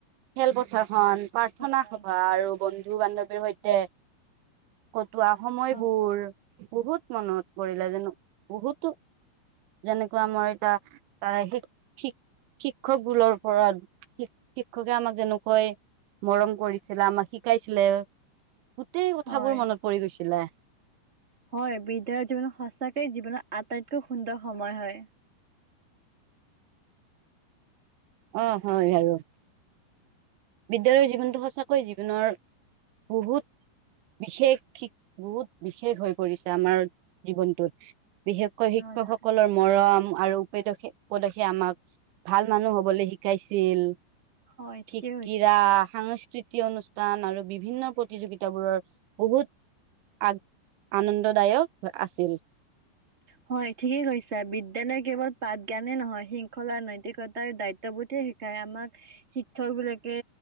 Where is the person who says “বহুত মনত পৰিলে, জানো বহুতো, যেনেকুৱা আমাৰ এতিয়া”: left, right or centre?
Right